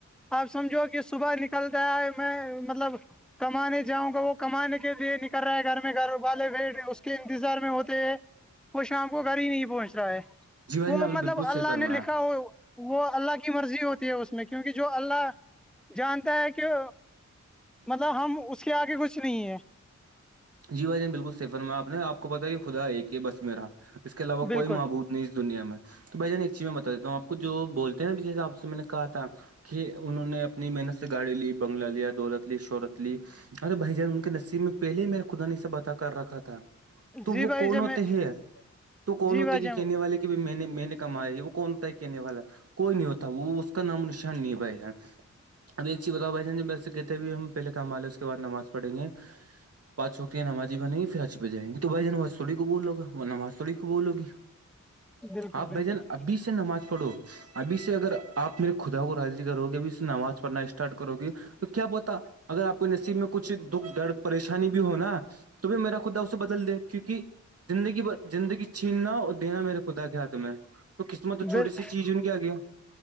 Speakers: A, in the centre; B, on the right (about 50°).
A: آپ سمجھو کہ صبح نکل جائے ہے میں مطلب کمانے جاؤں گا وہ کمانے کے لیے نکل رہا ہے گھر میں گھروں والالے بھیٹ اس کے انتظار میں ہوتے ہیں
B: ای
A: وہ شام کو گھر ہی نہیں پہنچ رہا ہے
B: جی بھائی
A: وہ
B: جان آپ نے
A: مطلب
B: بالکل صحیح
A: اللہ
B: فرمایا
A: نے لکھا وہ وہ اللہ کی مرضی ہوتی ہے اس میں کیونکہ جو اللہ جانتا ہے کہ مطلب ہم اس کے آگے کچھ نہیں ہے
B: جی بھائی جان بالکل سفر میں آپ نے آپ کو پتاہ یہ خدا ایک یہ بس میرا اس کے علاوہ
A: بالکل
B: کوئی معبوود اس دنیا میں تو بھ جان ایک چیز میں بتا دیتا ہوں آپ کو جو بول ہیں نا جس حساب سے میں نے کہا تھا کہ انہوں نے اپنی محنت سے گاڑی لی بنگلہ لیا دولت لی شہرت لی ارے بھائی جان ان کے نصیب میں پہلے ہی میرا خدا نے سب بط کر رکھا تھا تو
A: جی
B: وہ
A: بھائی
B: کون
A: جان
B: ہوتے
A: میں
B: ہیں تو کون
A: جی
B: ہوتے
A: بھائی
B: کہ
A: جان
B: کہنے والے کے میں نے میں نے کمایا ہے وہ کونتا ہے کہنے والا کوئی نہیں ہوتا وہ اس کا نام نشان نہیں بھائی جان اب ایک چیز بتاؤ بھائی جان جی ویسے کہتے بھی ہم پہل کامالے اس کے بع نماز پڑیں گے پاچوکیا نمازی بن گی پھرچ پ جائیں گے تو بھ جمواستوڑی کو بولو گا وہ نمازوری کو بولوی
A: بالکل
B: آپ
A: بالکل
B: بھ جان ابھی سے نماز پڑھو ابھی سے اگر آپ میرے خدا کو راضی کرو گے ابھی سے نماز پڑھنا اسٹارٹ کرو گے تو کیا بتا اگر آپ کو نصیب میں کچھ دکھ درد پریشان بھی ہوناا تو پ میرا خدا اسے بدل دے کیونکہ زندگی زندگی چھیننا اور دینا میرے خدا کیا تھام میں تو قسمت تو چھوٹی
A: بال-
B: سی چیز ان کے آ گیا